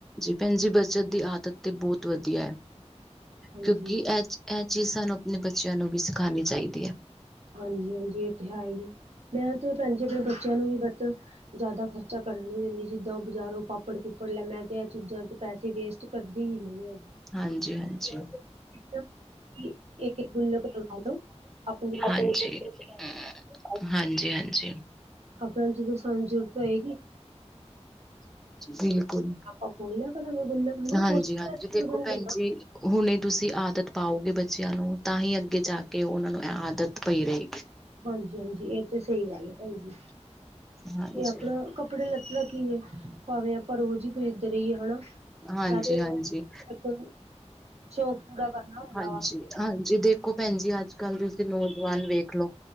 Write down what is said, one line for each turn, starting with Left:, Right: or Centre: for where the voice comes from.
Centre: ਭੈਣਜੀ ਬਚਤ ਦੀ ਆਦਤ ਤੇ ਬਹੁਤ ਵਧੀਆ ਹੈ,
Right: ਹਾਂਜੀ।
Centre: ਕਿਉਂਕਿ ਅਜ ਇਹ ਚੀਜ਼ ਸਾਨੂੰ ਆਪਣੇ ਬੱਚਿਆਂ ਨੂੰ ਵੀ ਸਿਖਾਣੀ ਚਾਹੀਦੀ ਹੈ।
Right: ਹਾਂਜੀ -ਹਾਂਜੀ ਇਹ ਤੇ ਹੈ ਹੀ ਏ, ਮੈਂ ਤੇ ਭੈਣ ਜੀ ਆਪਣੇ ਬੱਚਿਆਂ ਨੂੰ ਵੀ ਬਸ ਜ਼ਿਆਦਾ ਖਰਚਾ ਕਰਨ ਨੀ ਦਿੰਦੀ, ਜਿੱਦਾਂ ਉਹ ਬਾਜ਼ਾਰੋਂ ਪਾਪੜ- ਪੂਪੜ ਲੈ ਮੈਂ ਤੇ ਇਹ ਚੀਜ਼ਾਂ ਚ ਪੈਸੇ ਵੇਸਟ ਕਰਦੀ ਹੀ ਨਹੀਂ ਹੈਗੀ।
Centre: ਹਾਂਜੀ ਹਾਂਜੀ।
Right: ਇੱਕ- ਇੱਕ ਗੁੱਲਕ ਲਾਲੋ, ਆਪਣੇ
Centre: ਹਾਂਜੀ -ਹਾਂਜੀ! ਹਾਂਜੀ -ਹਾਂਜੀ
Right: ਆਪਣਾ ਜਦੋਂ ਸਾਨੂੰ ਜ਼ਰੂਰਤ ਹੋਏਗੀ
Centre: ਬਿਲਕੁਲ!
Right: ਅਕੋਲਲਾ ਕਰ ਗ ਗੁੱਲ ਖਣਣਾ
Centre: ਹਾਂਜੀ-ਹਾਂਜੀ,
Right: ਪਸ
Centre: ਦੇਖੋ
Right: ਬ ਗਣਾ
Centre: ਭੈਣ
Right: <unintelligible>
Centre: ਜੀ ਹੁਣੇ ਤੁਸੀਂ ਆਦਤ ਪਾਓਗੇ ਬੱਚਿਆਂ ਨੂੰ, ਤਾਂ ਹੀ ਅੱਗੇ ਜਾ ਕੇ ਉਹਨਾਂ ਨੂੰ ਆਦਤ ਪਈ ਰਹੇਗੀ।
Right: ਹਾਂਜੀ- ਹਾਂਜੀ ਇਹ ਤੇ ਸਹੀ ਗੱਲ ਹੈ ਭੈਣ ਜੀ।
Centre: ਹਾਂਜੀ,
Right: ਤੇ ਆਪਣਾ ਕੱਪੜੇ ਲੱਤੇ ਦਾ ਕੀ ਹੈ, ਭਾਵੇਂ ਆਪਾਂ ਰੋਜ਼ ਹੀ ਖ਼ਰੀਦਦੇ ਰਹੀਏ ਹਨਾ।
Centre: ਹਾਂਜੀ-
Right: ਇਹ ਤੇ
Centre: ਹਾਂਜੀ
Right: ਇੱਕ ਸ਼ੌਕ ਪੂਰਾ ਕਰਨਾ ਹੁੰਦਾ
Centre: ਹਾਂਜੀ!
Right: ਵਾ
Centre: ਹਾਂਜੀ, ਦੇਖੋ ਭੈਣ ਜੀ ਅੱਜ ਕੱਲ ਦੇ ਤੁਸੀਂ ਨੌਜਵਾਨ ਵੇਖ ਲੋ